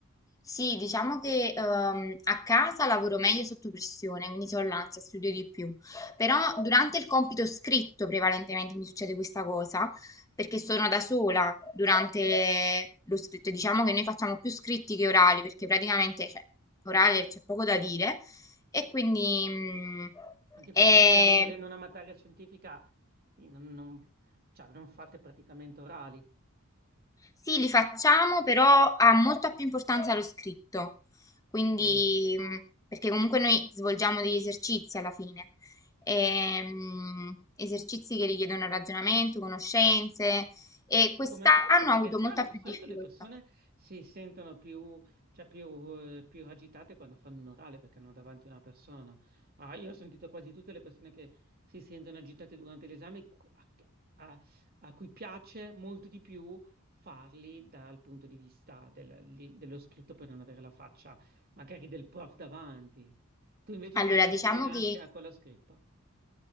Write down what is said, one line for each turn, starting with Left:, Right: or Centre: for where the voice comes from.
Left: Sì, diciamo che ehm, a casa lavoro meglio sotto pressione, quindi se ho l'ansia studio di più. Però durante il compito scritto prevalentemente mi succede questa cosa, perché sono da sola durante lo scritto. Diciamo che noi facciamo più scritti che orali, perché praticamente, cioè, orale c'è poco da dire e quindi mm,
Right: Anche
Left: è
Right: perché effettivamente avendo una materia scientifica, sì, non, non- cioè, non fate praticamente orali.
Left: Sì, li facciamo, però ha molta più importanza lo scritto, quindi,
Right: Mm.
Left: mh, perché comunque noi svolgiamo degli esercizi alla fine, Ehm, esercizi che richiedono ragionamento, conoscenze, e quest'anno
Right: Come faccio? Perché
Left: ho avuto
Right: è strano,
Left: molta
Right: di
Left: più
Right: solito
Left: difficoltà.
Right: le persone si sentono più, cioè più, eh, più agitate quando fanno un orale perché hanno davanti una persona. Ah, io ho sentito quasi tutte le persone che si sentono agitate durante l'esame cu- a, a- a cui piace molto di più farli dal punto di vista del- li- dello scritto per non avere la faccia magari del prof davanti. Tu invece
Left: Allora,
Right: ti senti
Left: diciamo
Right: più in ansia
Left: che
Right: con lo scritto?